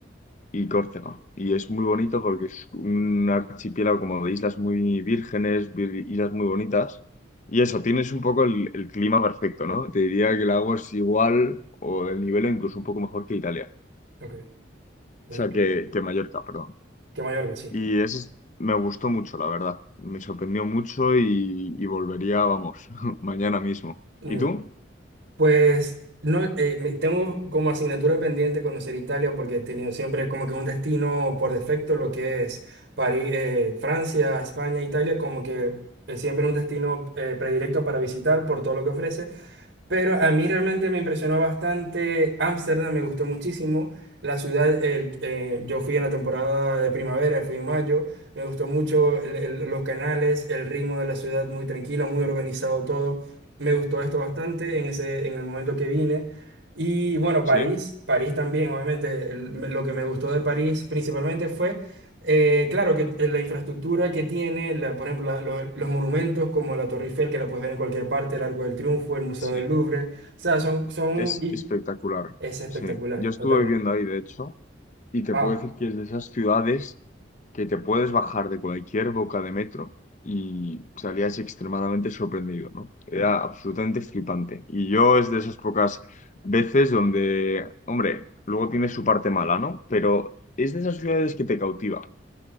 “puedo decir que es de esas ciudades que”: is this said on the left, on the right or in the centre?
Left